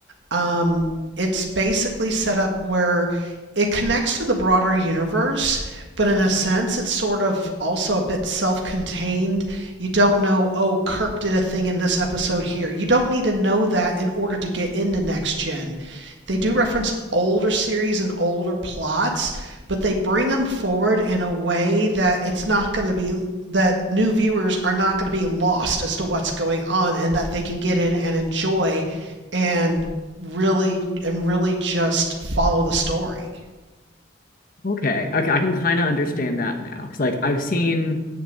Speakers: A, on the right; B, on the left.
A: um, it's basically set up where it connects to the broader universe, but in a sense, it's sort of also a bit self contained. You don't know, oh, Kirk did a thing in this episode here. You don't need to know that in order to get into Next Gen. They do reference older series and older plots, but they bring them forward in a way that it's not going to be that new viewers are not going to be lost as to what's going on and that they can get in and enjoy and really and really just follow the story.
B: Okay. Okay, I can kind of understand that now. It's like I've seen